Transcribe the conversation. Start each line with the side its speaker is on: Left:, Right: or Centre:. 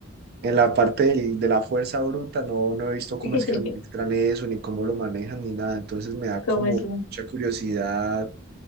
Right: en la parte del- de la fuerza bruta, no, no he visto cómo
Left: <laughs>
Right: es que administran eso, ni cómo lo manejan, ni nada. Entonces me da como
Left: ¿Cómo es?
Right: mucha curiosidad